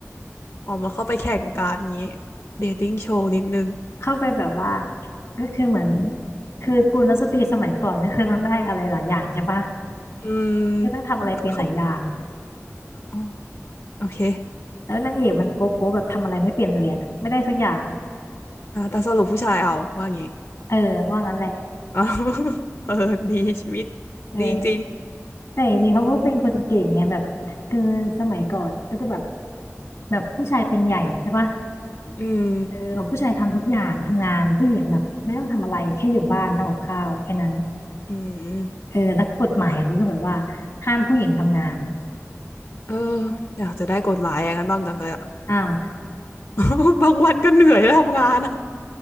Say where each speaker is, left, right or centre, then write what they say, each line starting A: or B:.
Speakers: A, on the left; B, on the left.
A: อ๋อมันเข้าไปแข่งการนี้เดทติ้งโชว์นิดนึง
B: เข้าไปแบบว่าก็คือเหมือนคือกุลสตรีสมัยก่อนก็คือต้องได้อะไรหลายอย่างใช่ปะ
A: อืม
B: ก็ต้องทำอะไรเป็นหลายอย่าง
A: เขาอ๋อโอเค
B: แล้วนางเอกมันโกโก้แบบทำอะไรไม่เป็นเลยอะไม่ได้สักอย่างอะ
A: อ่าแต่สรุปผู้ชายเอาว่างี้
B: เออว่างั้นแหละ
A: <laughs> อ๋อเออดีชีวิต
B: เออ
A: ดีจริง
B: แต่จริงๆเขาก็เป็นคนเก่งไงแบบคือสมัยก่อนก็จะแบบ
A: ๆคน
B: แบบผู้ชายเป็นใหญ่ใช่ปะ
A: อืม
B: เออผู้ชายทำทุกอย่างทำงานผู้หญิงแบบไม่ต้องทำอะไรแค่อยู่บ้านทำกับข้าวแค่นั้น
A: อืม
B: เออแล้วกฎหมายเขาก็แบบว่าห้ามผู้หญิงทำงาน
A: เอออยากจะได้กฎหมายอย่างนั้นบ้างจังเลยอะ
B: อ้าว
A: <laughs> บางวันก็เหนื่อยแล้วทำงานอะ